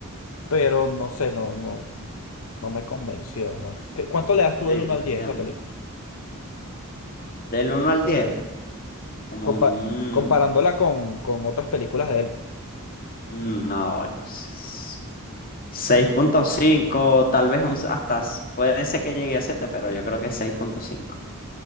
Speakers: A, on the left; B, on the left.
A: pero no sé, no, no, no me convenció. No sé. ¿Qué- ¿Cuánto le das tú
B: sí,
A: del uno
B: te
A: al
B: entiendo.
A: 10 a esa película?
B: Del uno al 10 como
A: Compa-
B: un...
A: comparándola con, con otras películas de él.
B: mm, no, bueno. s- seis punto cinco tal vez un, s- hasta s- puede ser que llegue a siete pero yo creo que seis punto cinco